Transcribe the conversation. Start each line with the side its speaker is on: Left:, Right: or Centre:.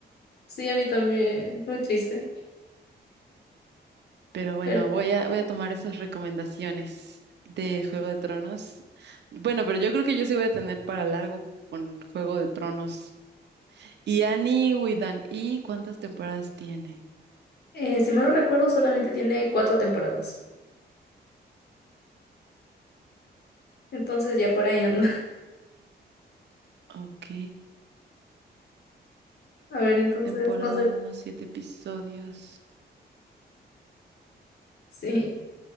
Left: Sí, a mí también, muy triste.
Right: Pero bueno,
Left: Pero,
Right: voy a, voy a tomar esas recomendaciones de Juego de Tronos. Bueno, pero yo creo que yo sí voy a tener para largo con Juego de Tronos. Y Annie Widan, ¿y cuántas temporadas tiene?
Left: eh, si me lo recuerdo, solamente tiene cuatro temporadas. Entonces ya por ahí anda.
Right: Ok,
Left: <laughs> A ver, entonces,
Right: temporada
Left: no sé,
Right: uno, 7 episodios.
Left: sí.